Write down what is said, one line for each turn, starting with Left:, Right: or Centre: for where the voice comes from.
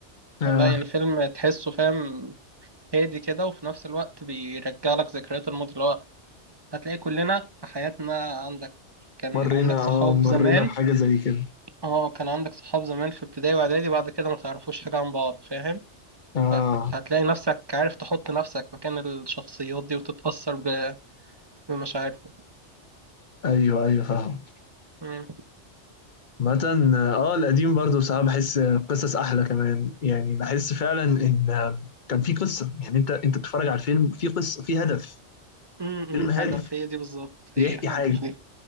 Left: آه.
Right: لا يعني فيلم تحسه فاهم هادي كده وفي نفس الوقت بيرجع لك ذكريات الماضي اللي هو هتلاقي كلنا في حياتنا عندك كان
Left: مرينا
Right: عندك صحاب
Left: اه مرينا
Right: زمان
Left: بحاجه زي كده
Right: اه كان عندك صحاب زمان في ابتدائي واعدادي بعد كده ما تعرفوش حاجة عن بعض فاهم
Left: اه
Right: هت- هتلاقي نفسك عارف تحط نفسك مكان الشخصيات دي وتتأثر ب- بمشاعرهم
Left: ايوه ايوه فاهم
Right: مم.
Left: مثلا اه آه، القديم برضو بصراحه بحس قصص احلى كمان يعني بحس فعلا ان آه، كان في قصه يعني انت انت بتتفرج على الفيلم في قصه في هدف
Right: مم، مم،
Left: فيلم هادف
Right: هدف هي دي بالظبط هي
Left: بيحكي حاجه
Right: هدف هي